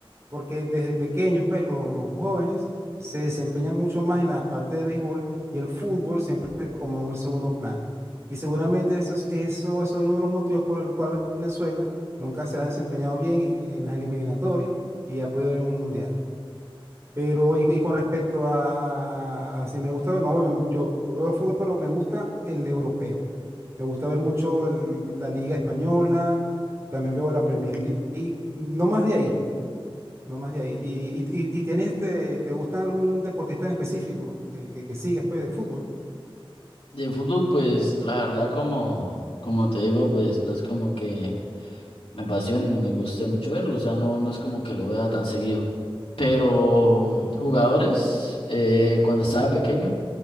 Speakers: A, on the right; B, on the left.
A: porque desde pequeños, pues lo- los, jóvenes se desempeñan mucho más en la parte de béisbol y el fútbol siempre como en un segundo plano. Y seguramente eso es, eso ha sido uno de los motivos por el cual Venezuela nunca se ha desempeñado bien eh, en las eliminatorias y ha podido ir a un mundial. Pero, y, y con respecto a, a- a si me gusta, ver- no, yo veo fútbol, pero me gusta el europeo. Me gusta ver mucho el- la Liga Española, también veo la Premier League, no más de ahí. No más de ahí. ¿Y, y, y- y tienes este, te gusta algún deportista en específico eh, que, que sigas pues, de fútbol?
B: De fútbol, pues la verdad, como, como te digo, pues no es como que me apasione ni me guste mucho verlo, o sea, no, no es como que lo vea tan seguido. Pero mm, jugadores, eh, cuando estaba pequeño,